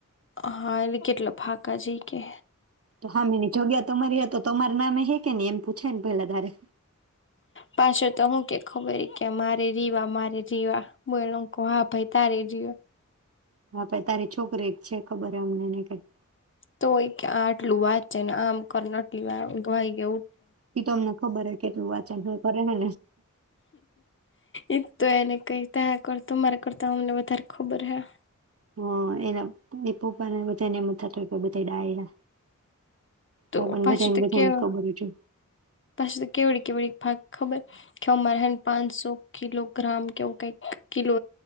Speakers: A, on the left (about 40°); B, on the right (about 50°).
A: હા એલે કેટલા ફાકા જી કે.
B: તો હા મેની જગ્યા તમારી હતી તો તમાર નામે હે કે એમ પૂછે ને પેલા તારે?
A: પાછો તો હું કે ખબર કે મારે રીવા મારે રીવા બો હા ભાઈ તારી રીવા
B: હા પણ તારી છોકરી એક છે ખબર હ અમને ને કેઈ
A: તોય કે આ આટલું વાંચ છે ને આમ કરને આટલી વાઈ ગય
B: એ તો મુઠો ભરે કે <inaudible> ભરેને
A: એ તો એને કઈ થયા કર તમારા કરતા અમને વધારે ખબર હૈ
B: હ એના એ પપ્પા ને બધાને એમ થતો કે બધા ડાય હ પણ
A: તો
B: બધા ને બધા
A: કેવ
B: ને ખબર છે
A: પછી તો કેવડી કેવડી ભાગ ખબર કે મારે હેન પાંચસો કિલોગ્રામ કેવું કઈકી લો